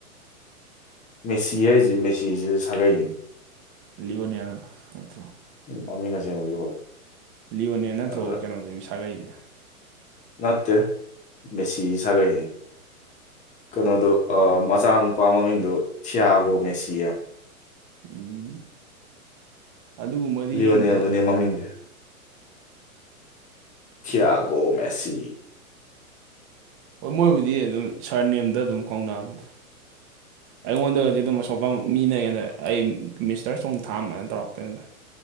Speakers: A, on the left; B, on the right.
A: ꯃꯦꯁꯤ ꯍꯥꯏ ꯃꯦꯁꯤꯁꯤꯁꯨ ꯁꯒꯥꯏ
B: ꯂꯤꯑꯣꯅꯦꯜ ꯑꯗꯨꯔꯣ
A: ꯎꯝ ꯃꯃꯤꯡ ꯑꯁꯦꯡꯕꯒꯤ ꯍꯣꯏ
B: ꯂꯤꯌꯣꯅꯦꯟ ꯅꯠꯇ꯭ꯔꯣ
A: ꯑꯗ
B: ꯀꯩꯅꯣꯗꯣ ꯁꯥꯒꯩꯗꯤ
A: ꯅꯠꯇꯦ ꯃꯦꯁꯤ ꯁꯥꯒꯩꯅꯤ ꯀꯩꯅꯣꯗꯣ ꯃꯆꯥ ꯅꯨꯄꯥ ꯃꯃꯤꯡꯗꯣ ꯊꯤꯌꯥꯒꯣ ꯃꯦꯁꯤ
B: ꯎꯝ ꯑꯗꯨꯒꯨꯝꯕꯗꯤ
A: ꯂꯤꯌꯣꯅꯦꯜꯗꯨꯅꯦ
B: ꯌꯦꯡꯗ꯭ꯔꯦꯗ
A: ꯃꯃꯤꯡꯁꯦ ꯊꯤꯌꯥꯒꯣ ꯃꯦꯁꯤ
B: ꯍꯣꯏ ꯃꯣꯏꯕꯨꯗꯤ ꯑꯗꯨꯝ ꯁꯥꯔ ꯅꯦꯝꯗ ꯑꯗꯨꯝ ꯀꯧꯅꯥ ꯑꯝꯗ ꯑꯩꯉꯣꯟꯗꯒꯗꯤ ꯑꯗꯨꯝ ꯑꯁꯣꯛꯀ ꯃꯤꯅꯩ ꯑꯗ ꯑꯩ ꯃꯤꯁꯇꯔ ꯆꯣꯡꯊꯥꯝꯅ ꯇꯧꯔꯛꯇꯣꯏꯅꯤꯗ